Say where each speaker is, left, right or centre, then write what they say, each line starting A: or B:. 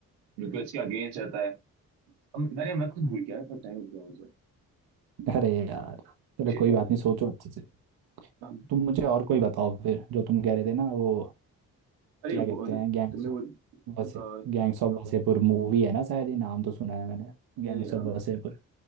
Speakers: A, on the right (about 85°); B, on the right (about 70°).
A: बिल्कुल इसके अगेंस्ट रहता है हम अरे मैं खुद भूल गया टाइम हो गया मुझे
B: है अरे यार चलो
A: शिट
B: कोई
A: यार
B: बात नहीं सोचो अच्छे से
A: अब-
B: तुम मुझे और कोई बताओ फिर जो तुम कह रहे थे ना वो
A: अरे
B: क्या
A: वो,
B: कहते
A: तुमने
B: हैं गैंग्स
A: वो
B: ऑफ वसे
A: अ,
B: गैंग्स ऑफ वसेपुर मूवी है ना शायद ये नाम तो सुना है मैंने गैंग्स
A: ये, अ,
B: ऑफ वसेपुर